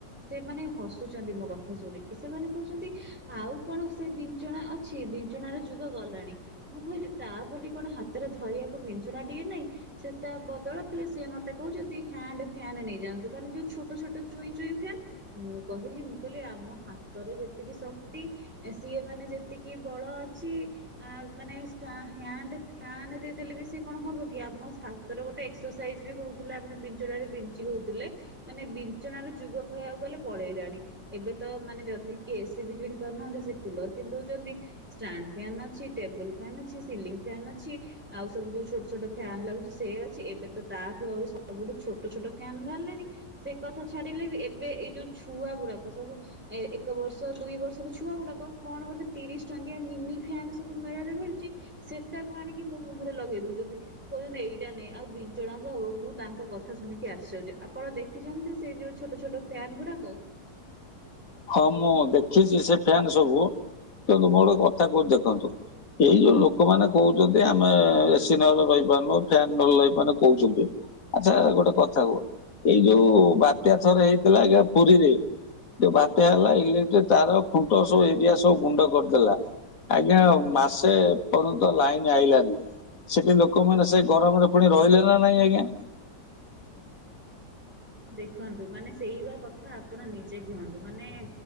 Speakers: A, in the centre; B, on the left.
A: ସେମାନେ ହସୁଛନ୍ତି ମୋ କଥା ଶୁଣିକି ସେମାନେ କହୁଛନ୍ତି ଆଉ କଣ ସେ ବିଞ୍ଚଣା ଅଛି। ବିଞ୍ଚଣ ର ଯୁଗ ଗଲାଣି ମୁଁ କହିଲି ତା ବୋଲି କଣ ହାତରେ ଧରିବାକୁ ବିଞ୍ଚଣା ଟିକେ ନାହିଁ ସେ ତା ବଦଳଲେ ସିଏ ମତେ କହୁଛନ୍ତି ହ୍ୟାଣ୍ଡ ଫ୍ୟାନ୍ ନେଇଯାଆନ୍ତୁ ମାନେ ଯୋଉ ଛୋଟ ଛୋଟ ଚୁଇଁ ଚୁଇଁ ଫ୍ୟାନ୍ ମୁଁ କହିଲି ମୁଁ କହିଲି ଆମ ହା ତର ଯେତିକି ଶକ୍ତି ସିଏ ମାନେ ଯେତିକି ବଳ ଅଛି ଆ ମାନେ ଷ୍ଟା ହ୍ୟାଣ୍ଡ ଫ୍ୟାନଟେ ଦେଲେ ବି ସେ କଣ ହବ କି ଆମ ହାତର ଗୋଟେ ଏକ୍ସରସାଇଜ ବି ହଉଥିଲା ଆମେ ଞ୍ଚଣାରେ ବିଞ୍ଚି ହଉଥିଲେ ମାନେ ବିଞ୍ଚଣାର ଯୁଗ କହିବାକୁ ଗଲେ ପଳେଇଲାଣି ଏବେ ତ ମାନେ ଯଦି କିଏ ଏସି ବି କିଣି ପାରୁନାହାନ୍ତି ସେ କୁଲର କିଣି ଦେଉଛନ୍ତି ଷ୍ଟାଣ୍ଡ ଫ୍ୟାନ ଅଛି ଟେବୁଲ୍ ଫ୍ୟାନ୍ ଅଛି ସି ଲିଙ୍ଗ ଫ୍ୟାନ୍ ଅଛି। ଆଉ ସବୁ ଯୋଉ ଛୋଟ ଛୋଟ ଫ୍ୟାନ ଲାଗୁଛି ସେ ଅଛି। ଏବେ ତ ତାଠୁ ଆହୁ ସବୁଠୁ ଛୋଟ ଛୋଟ ଫ୍ୟାନ ବାହାରିଲାଣି ସେ କଥା ଛାଡିଲେ ବି ଏବେ ଏଇ ଯୋଉ ଛୁଆ ଗୁଡାକୁ ସବୁ ଏ ଏକ ବର୍ଷ ଦୁଇ ବର୍ଷର ଛୁଆ ଗୁଡାକ କଣ ଗୋଟେ ତିରିଶ ଟଙ୍କିଆ ମିନି ଫ୍ୟାନ୍ ସବୁ ମେଳାରେ ମିଳୁଛି ସେଟାକୁ ଆଣିକି ମୋ ମୁହଁରେ ଲଗେଇ ଦଉଛନ୍ତି। କହୁଛନ୍ତି ଏଇଟା ନେଁ ଆଉ ବିଞ୍ଚଣା କଣ ହବ ମୁଁ ତାଙ୍କ କଥା କଥା ଶୁଣିକି ଆଶ୍ଚର୍ଯ୍ୟ। ଆପଣ ଦେଖିଛନ୍ତି ସେଇ ଯୋଉ ଛୋଟ ଛୋଟ ଫ୍ୟାନ୍ ଗୁଡାକ?
B: ହଁ ମୁଁ ଦେଖିଛି ସେ ଫ୍ୟାନ ସବୁ କିନ୍ତୁ ମୁଁ ଗୋଟେ କଥା କହୁଛିି ଦେଖନ୍ତୁ ଏଇ ଯୋଉ ଲୋକମାନେେ କହୁଛନ୍ତି ଆମେ ଏସିି ନହେଲେ ରହିପାରୁନୁ। ଫ୍ୟାନ ନହେଲେ ରହିପାରୁନୁ କହୁଛନ୍ତି ଆଚ୍ଛା ଗୋଟେ କଥା କୁହ ଏଇ ଯୋଉ ବାତ୍ୟା ଥର ହେଇଥିଲା ଆଜ୍ଞା ପୁରୀରେ ଯୋଉ ବାତ୍ୟା ହେଲା ଇଲେକ୍ଟ୍ରୀ ତାର ଖୁଣ୍ଟ ସବୁ ଏରିଆ ସବୁ ଗୁଣ୍ଡ କରିଦେଲା। ଆଜ୍ଞା ମାସେ ପର୍ଯ୍ୟନ୍ତ ଲାଇନ ଆଇଲାନି। ସେଠି ଲୋକମାନେ ସେ ଗରମରେ ପୁଣି ରହିଲେ ନା ନାଇଁ ଆଜ୍ଞା।
A: ଦେଖନ୍ତୁ ମାନେ ସେଇ ବା କଥା ଆପଣ ନିଜେ କୁହନ୍ତୁ ମାନେ